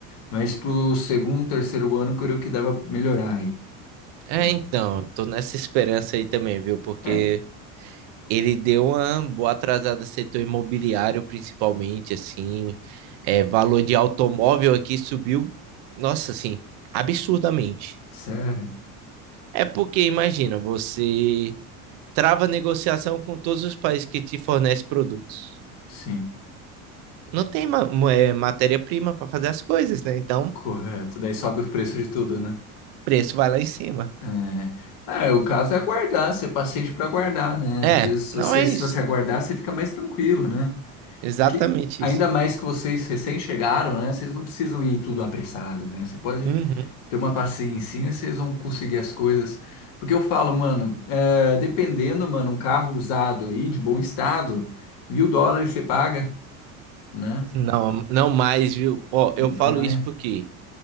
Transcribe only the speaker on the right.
É,
então, tô nessa esperança aí também, viu? Porque
ele deu uma boa atrasada no setor imobiliário, principalmente, assim. É, valor de automóvel aqui subiu, nossa, assim, absurdamente.
É porque, imagina, você trava negociação com todos os países que te fornecem produtos.
Não tem ma- mo- é, matéria-prima para fazer as coisas, né? Então.
preço vai lá em cima.
É,
não é
isso.
Exatamente
isso.
Uhum.
Não, não mais, viu? Ó,
eu falo
isso porque